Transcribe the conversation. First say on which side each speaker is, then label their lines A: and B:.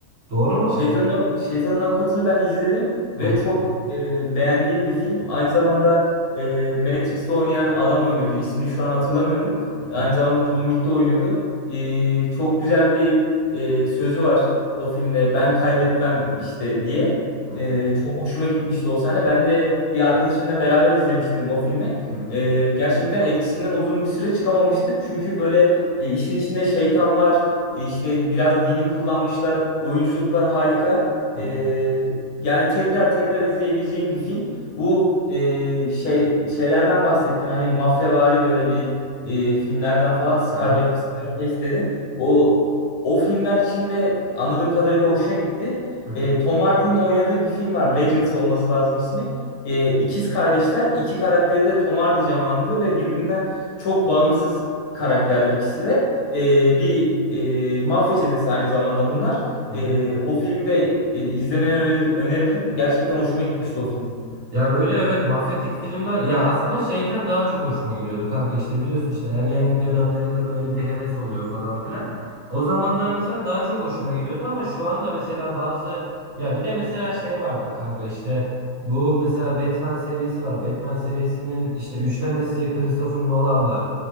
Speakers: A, on the right; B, on the left.
A: Doğru mu?
B: Şeytanın, Av- Şeytanın Avukatı'nı ben izledim ve
A: Hı hı.
B: çok e, beğendiğim bir film. Aynı zamanda e, Matrix'te oynayan adam oynuyordu. İsmini şu an hatırlamıyorum.
A: Hı hı,
B: Aynı zamanda John Wick'te oynuyordu. E, çok güzel bir e, sözü var o filmde. Ben kaybetmem işte diye.
A: hı
B: E,
A: hı,
B: çok hoşuma gitmişti o sahne. Ben de bir arkadaşımla beraber izlemiştim o filmi.
A: hı hı,
B: E, gerçekten etkisinden uzun bir süre çıkamamıştık. Çünkü böyle e, işin içinde şeytan var. İşte biraz dini kullanmışlar. Oyunculuklar harika.
A: hı
B: Ee,
A: hı.
B: yani tekrar tekrar izleyebileceğim bir film. Bu e, şey şeylerden bahsettin. Hani mafyavari böyle bir e, filmlerden falan Scarface,
A: Aha,
B: Scarface dedin. O o filmler içinde anladığım kadarıyla hoşuna gitti.
A: hı hı,
B: E, Tom Hardy'nin oynadığı bir film var. Legends olması lazım ismi. E, ikiz kardeşler. iki karakteri de Tom Hardy canlandırıyor ve birbirinden çok bağımsız karakterler ikisi de. E, bir e, mafya çetesi aynı zamanda bunlar.
A: hı
B: E,
A: hı.
B: o filmi de e, izlemeni öner- öneririm. Gerçekten hoşuma gitmişti o film.
A: Ya böyle evet mafyatik filmler ya aslında şeyken daha çok hoşuma gidiyordu kanka işte biliyorsun işte ergenlik dönemlerinde böyle bir heves oluyor falan filan. O zamanlar mesela daha çok hoşuma gidiyordu ama şu anda mesela bazı ya bir de mesela şey vardır kanka işte bu mesela Batman serisi var. Batman serisinin işte üçlemesi Christopher Nolan var.